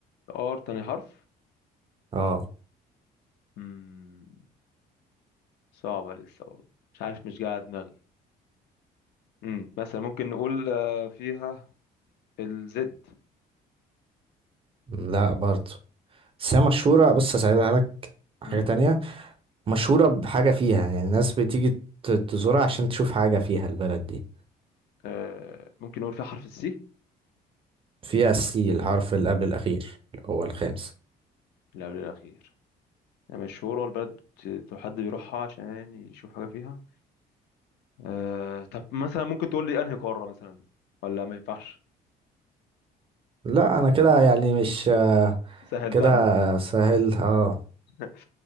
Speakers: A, on the left (about 75°); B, on the right (about 30°).
A: ار تاني حرف
B: اه
A: مم. صعبة لسه برضه مش عارف مش قاعد دماغي مم. مثلا ممكن نقول آه، فيها الزد
B: لا برضه بس هي مشهورة بص هساعدها لك حاجة
A: مم.
B: تانية مشهورة بحاجة فيها يعني الناس بتيجي ت- تزورها عشان تشوف حاجة فيها البلد دي
A: آه، ممكن نقول فيها حرف السي
B: فيها السي الحرف اللي قبل الأخير اللي هو الخامس
A: اللي قبل الأخير يعني مشهورة والبلد بت- حد بيروحها عشان يشوف حاجة فيها آه، طب مثلا ممكن تقول لي أنهي قارة مثلا ولا ما ينفعش
B: لا أنا كده يعني مش آه،
A: سهلتها
B: كده سهل اه
A: <laughs>